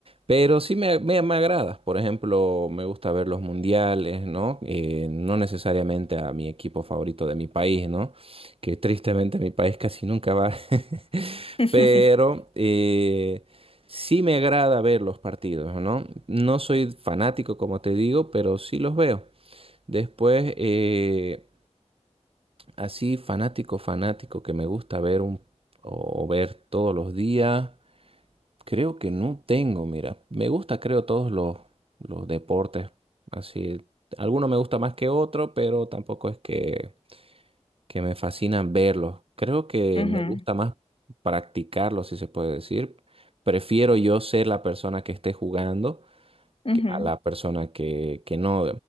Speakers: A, on the right; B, on the left.
A: Pero sí me, me, me agrada. Por ejemplo, me gusta ver los mundiales, ¿no? Eh, no necesariamente a mi equipo favorito de mi país, ¿no? Que tristemente mi país casi nunca va. <laughs>
B: <laughs>
A: Pero eh, sí me agrada ver los partidos, ¿no? No soy fanático, como te digo, pero sí los veo. Después, eh, Así fanático, fanático que me gusta ver un o ver todos los días. Creo que no tengo, mira. Me gusta, creo, todos los, los deportes. Así, alguno me gusta más que otro, pero tampoco es que, que me fascina verlos. Creo que
B: Ujú,
A: me gusta más practicarlos, si se puede decir. Prefiero yo ser la persona que esté jugando
B: ujú,
A: que- a la persona que, que no.